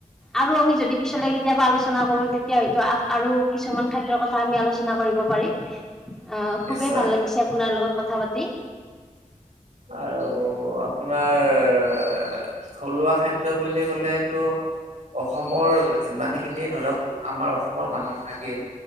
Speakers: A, in the centre; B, on the right (about 60°).
A: আৰু আমি যদি পিছলৈ গৈ কেতিয়াবা আলোচনা কৰো তেতিয়া হয়তো আৰু কিছুমান খাদ্যৰ কথা আমি আলোচনা কৰিব পাৰিম। অঁ খুবেই
B: নিশ্চয়
A: ভাল লাগিছে আপোনাৰ লগত কথা পাতি।
B: আৰু আপোনাৰ থলুৱা খাদ্য বুলি ক'লে টো। অসমৰ যিমানখিনি ধৰক আমাৰ অসমৰ মানুহ থাকে-